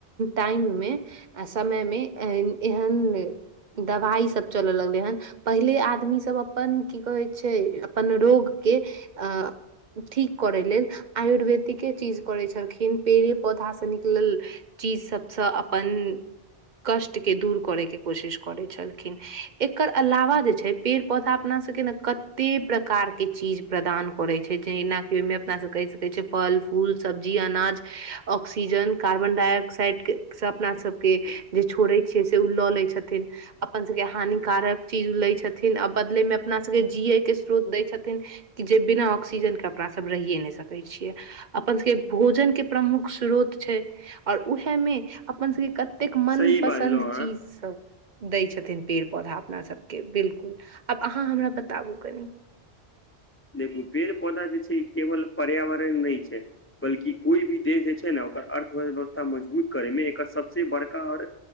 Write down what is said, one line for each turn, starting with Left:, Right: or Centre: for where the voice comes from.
Right: टाइम मे आ समय में एम एहन। दबाइ सब चल लगलै ए हन पहिले आदमी सब अपन की कहै। छै य, अपन रोग के अऽ ठीक करै लेल आयुर्वेदिके चीज करै छल खिन पेड़े पौधा से निकलल, चीज सब। सँ अपन, कष्ट के दुर करे के कोशिश करै छल। खिन एकर अलावा जे छै पेड़ पौधा अपना सबके न कते प्रकार के चीज। प्रदान करै छै जैनाह कऽ ओयमे अ -पना सब कहि सकै छ फल-फूल सब्जी-अनाज ऑक्सीजन, कार्बन डाइऑक्साइड के। स अपना सबके जे छोड़ै छियै से ओ लऽ लै छथिन। अपन सबके हानिकारक चीज लै छथिन आ बदले में अपना सबके जिये के स्रोत दै छथिन। थिन जे बिना ऑक्सीजन के अपना सब रहिए नैय सकै छियै अपन सब। भोजन के प्रमुख स्रोत छैय। और उहै में अपन सब के कतेक मन
Left: सही
Right: पसन्द
Left: बाजलहुँ अहाँ
Right: चीज सब। दैय छथिन पेड़ पौधा अपना सबके बिल्कुल आब अहाँ हमरा बताबु कनि।
Left: देखु पेड़ पौधा जे छै केवल पर्यावरण नैय छै। बल्कि कोई भी देश जै छैय नैय ओकर अर्थव्यवस्था मजबूत करै में एकर सबसे बड़का और।